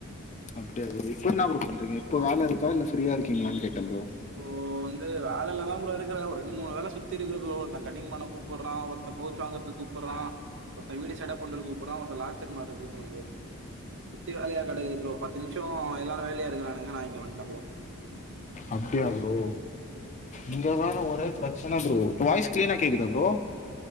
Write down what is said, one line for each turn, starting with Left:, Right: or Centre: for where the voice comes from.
Left: அப்டியா ப்ரோ இப்ப என்னா ப்ரோ பண்றீங்க இப்ப வேலருக்க இல்ல ஃப்ரீயா இருக்கீங்ளான் கேட்ட ப்ரோ
Right: ஓ வந்து வேலல தா ப்ரோ இருக்கற ஒரு ரெண்டு மூணு வேல சுத்தி இருக்குது ப்ரோ ஒருத்த கட்டிங் பன்ன கூப்புட்றா ஒருத்த பவ்ச் வாங்குறதுக் கூப் புறா ஒருத்த வீடு செட்டப் பண்ற கூப்புறா ஒருத்த லாச்சரி மாட்ட கூப்றா ப்ரோ சுத்தி வேலையா கடக்குது ப்ரோ பத்து நிமிஷோ எல்லாரு வேலையா இருக்குறானுங்க நா இங்க வன்ட ப்ரோ
Left: அப்டியா ப்ரோ இங்க வேற ஒரே
Right: ஆ.
Left: பிரச்சன ப்ரோ வாய்ஸ் க்ளீனா கேக்குதா ப்ரோ